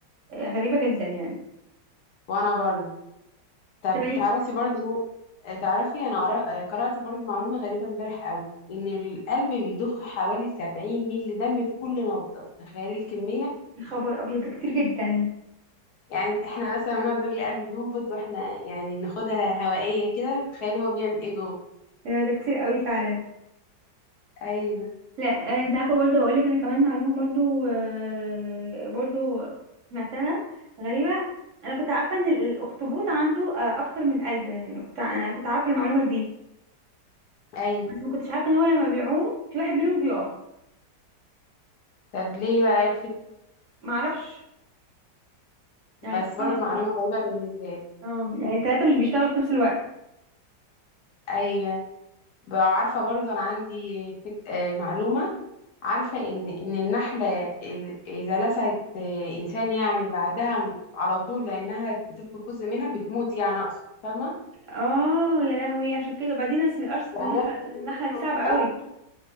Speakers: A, on the right (about 60°); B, on the left (about 65°).
A: آه، غريبة جدا يعني
B: وانا برضه طب
A: تمانية
B: تعرفي برضه تعرفي انا قرا- قرات برضه معلومه غريبه امبارح قوي ان القلب بيضخ حوالي 70 مللي دم في كل نبضه تخيلي الكميه
A: يا خبر ابيض ده كتير جدا
B: يعني احنا مثلا بنقعد نقول القلب بينبض واحنا يعني بناخدها هوائيه كده تخيلي هو بيعمل ايه جوه
A: لا، ده كتير قوي فعلا
B: ايوه
A: لا آه، انت عارفه برضه هقول لك انا كمان معلومه برضه آه، برضه سمعتها غريبه انا كنت عارفه ان الاخطبوط عنده آه، اكتر من قلب يعني أنا كنت انا كنت عارفه المعلومه دي
B: ايوه
A: بس ما كنتش عارفه ان هو لما بيعوم في واحد منهم بيقف
B: طب ليه بقى ايه
A: ما اعرفش يعني
B: بس
A: سبحان
B: برضو
A: الله
B: معلومة غريبة بالنسبة لي
A: اه يعني الثلاثه مش بيشتغلوا في نفس الوقت
B: أيوة بقى عارفة برضو أنا عندي فك... آه، معلومة عارفة إن إن النحلة ال- إذا لسعت آه، إنسان يعني بعدها م- على طول لأنها بتفقد جزء منها بتموت يعني أقصد فاهمة؟
A: اه يا لهوي عشان كده وبعدين أصل القرص
B: يعني
A: النح-
B: هي
A: النحله
B: متوترة.
A: دي صعبه قوي